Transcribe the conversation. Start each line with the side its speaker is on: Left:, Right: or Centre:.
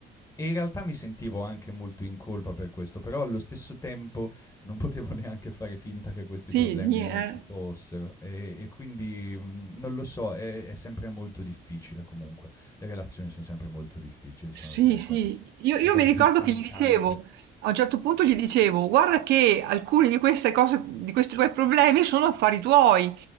Left: E in realtà mi sentivo anche molto in colpa per questo, però allo stesso tempo non potevo <laughs> neanche fare finta che questi
Right: sì,
Left: problemi
Right: ni-
Left: non
Right: eh.
Left: ci fossero. E, e quindi mm, non lo so, è, è sempre molto difficile comunque. Le relazioni sono sempre molto difficili, sono
Right: Sì,
Left: tra le
Right: sì,
Left: cose,
Right: io,
Left: le
Right: io
Left: cose
Right: mi ricordo
Left: più stancanti.
Right: che gli dicevo, a un certo punto gli dicevo, guarda che alcuni di queste cose, di questi tuoi problemi sono affari tuoi.